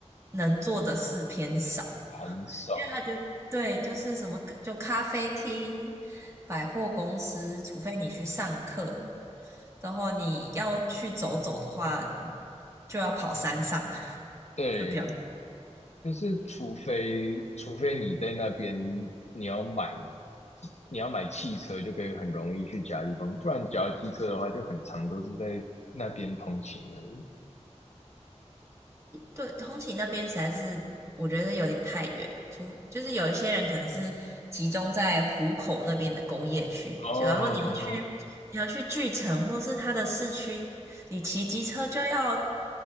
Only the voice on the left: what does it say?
很少。
对，
就是除非除非你在那边你要买你要买汽车，就可以很容易去其他地方，不然只要机车的话，就很长都是在那边通勤而已。
哦，